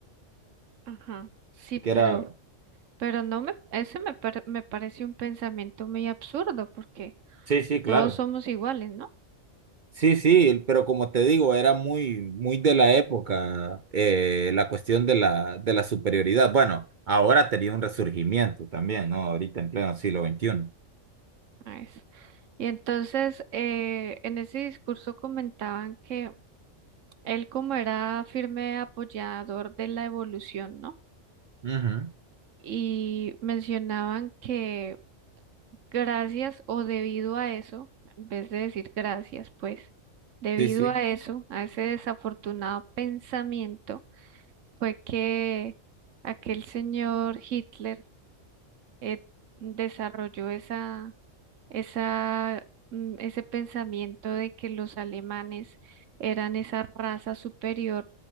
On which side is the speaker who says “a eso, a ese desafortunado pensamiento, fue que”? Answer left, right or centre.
Right